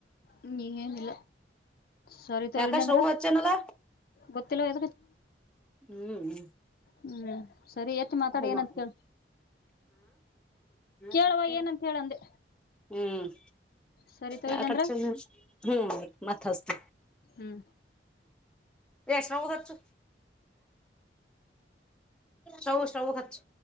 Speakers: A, on the left; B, in the centre.
A: ಹ ಏನ್ಿಲ್ಲ ಸರಿತ
B: ಯಾಕ
A: ಇಡ್ಲಂದ್ರ
B: ಶ್ರವು ಹಚ್ಚೇನಲ್ಲ
A: ಗೊತ್ತಿಲ್ಲ ಯ
B: ಹ್ಮ್
A: ಹ್ಮ್ ಸರಿ ಎತ್ತಿ ಮಾತಾಡಿ
B: ಹ
A: ಏನಂತ ಕೇಳ ಕೇಳವ
B: ಸಟ್ಟ
A: ಏನಂತ ಹೇಳ ಅಂದೆ
B: ಹ್ಮ್
A: ಸರಿ ತಗೋ
B: ಯಾಕ
A: ಇಡ್ಲಿ ಅಂದ್ರ
B: ಹ್ಮ್ ಮತ್ತಸ್ತ
A: ಹ್ಮ್
B: ಎಷ್ಟನ ಹರ್ಚು ಸೌ ಸೌ ಹತ್ತು.